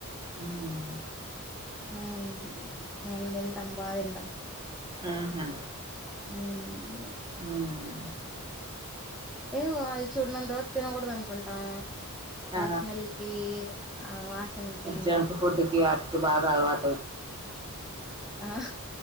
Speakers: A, on the right (about 20°); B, in the centre.
A: హ్మ్మ్
B: హ్మ్మ్ మేము తింటాం బా తింటాం
A: ఆహా
B: ఉమ్
A: హ్మ్మ్
B: హ్మ్మ్ ఆయన చూడనన్ని రోజ్ తినూడదు అనుకుంటాం
A: ఆ
B: స్మెల్ కి ఆ వాసనకి
A: జంక్ ఫుడ్ క ఆటికి బాగా అలవాటు
B: ఆ